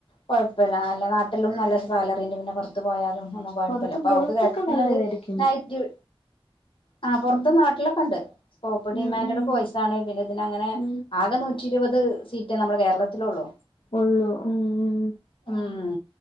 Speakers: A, on the left; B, on the left.
A: കുഴപ്പല്ല നല്ല നാട്ടിലും നല്ല സാലറിണ്ട് പിന്നെ പൊർത്ത് പോയാലും ഒന്നും കുഴപ്പല്ല
B: പുറത്ത്
A: അപ്പൊ
B: പുറത്തൊക്കെ
A: അവക്ക് കേട്ട പിന്നെത്
B: നല്ലതായിരിക്കും
A: നൈറ്റ് ഡ്യ ആ പുറത്ത്
B: ഉം
A: നാട്ടിലൊക്കെ ഉണ്ട്. കോപ്പർ ഡിമാൻഡട്
B: ഉം ഉം
A: കോയിസാണ് പിന്നെ ഇതിനങ്ങനെ
B: ഉം
A: ആകെ നൂറ്റി ഇരുപത് സീറ്റാ നമ്മുടെ കേരളത്തിലൊള്ളു.
B: ഒള്ളൂ ഉം ഉം
A: ഉം